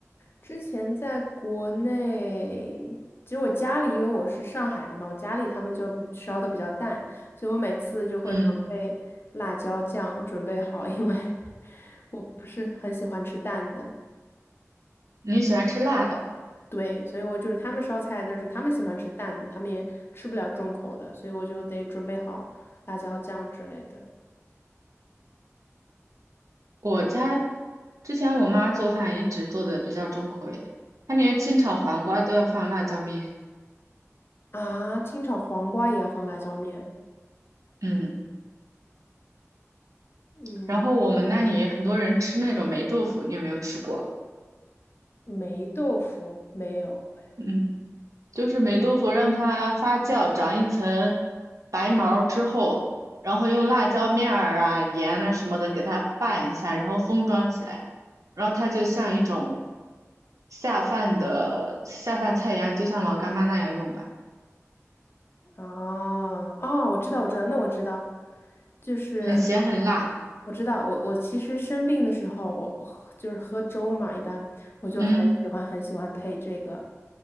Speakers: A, on the left; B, on the right.
A: 之前在国内，其实我家里，因为我是上海的嘛，我家里他们就比烧的比较淡，所以我每次就会准备辣椒酱准备好，
B: 嗯，
A: 因为 <laughs> 我不是很喜欢吃淡的。
B: 你喜欢吃辣的？
A: 对，所以我就是他们烧菜，但是他们喜欢吃淡的，他们也吃不了重口的，所以我就得准备好辣椒酱之类的。
B: 我家之前我妈做饭一直做的比较重口味，她连清炒黄瓜都要放辣椒面。
A: 啊，清炒黄瓜也要放辣椒面？
B: 嗯，
A: 嗯，
B: 然后我们那里很多人吃那种霉豆腐，你有没有吃过？
A: 霉豆腐没有哎
B: 嗯，就是霉豆腐让它发酵长一层白毛之后，然后用辣椒面儿啊、盐啊什么的给它拌一下，然后封装起来，然后它就像一种下饭的下饭菜一样，就像老干妈那样用吧，
A: 哦哦，我知道，我知道，那我知道，就是
B: 很咸很辣。
A: 我知道，我我其实生病的时候，我我喝就是喝粥嘛，一般我就很喜欢很喜欢配这个
B: 嗯。